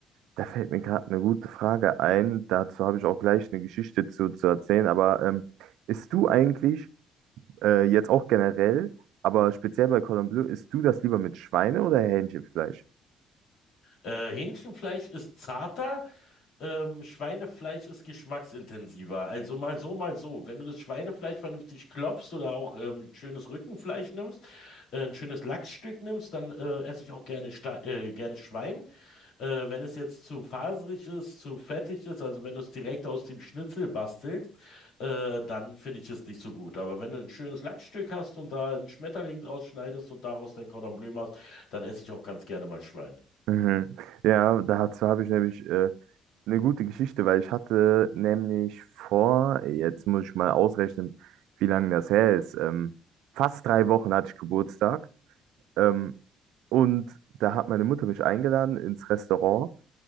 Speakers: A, on the right; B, on the left.
A: da fällt mir gerade eine gute Frage ein. Dazu habe ich auch gleich eine Geschichte zu, zu erzählen. Aber ähm, isst du eigentlich äh, jetzt auch generell, aber speziell bei Cordon Bleu, isst du das lieber mit Schweine- oder Hähnchenfleisch?
B: Äh, Hähnchenfleisch ist zarter, ähm, Schweinefleisch ist geschmacksintensiver. Also mal so, mal so. Wenn du das Schweinefleisch vernünftig klopfst oder auch ähm, schönes Rückenfleisch nimmst, äh, ein schönes Lachsstück nimmst, dann äh, esse ich auch gerne, Sta- äh, gerne Schwein. Äh, wenn es jetzt zu faserig ist, zu fettig ist, also wenn du es direkt aus dem Schnitzel bastelst, äh, dann finde ich es nicht so gut. Aber wenn du ein schönes Lachsstück hast und da einen Schmetterling draus schneidest und daraus dein Cordon Bleu machst, dann esse ich auch ganz gerne mal Schwein.
A: Mhm. Ja, dazu habe ich nämlich äh, eine gute Geschichte, weil ich hatte nämlich vor, jetzt muss ich mal ausrechnen, wie lange das her ist. Ähm, fast drei Wochen hatte ich Geburtstag. Ähm, und da hat meine Mutter mich eingeladen ins Restaurant.